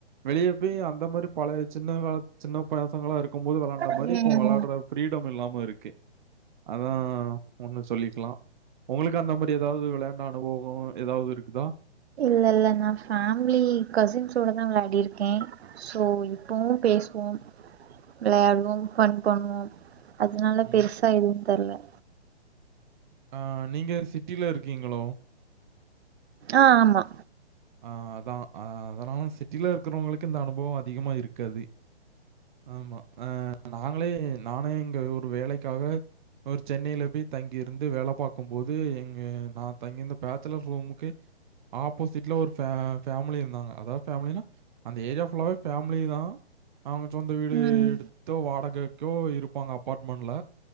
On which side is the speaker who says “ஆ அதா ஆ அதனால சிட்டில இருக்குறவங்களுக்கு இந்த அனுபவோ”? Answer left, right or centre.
Right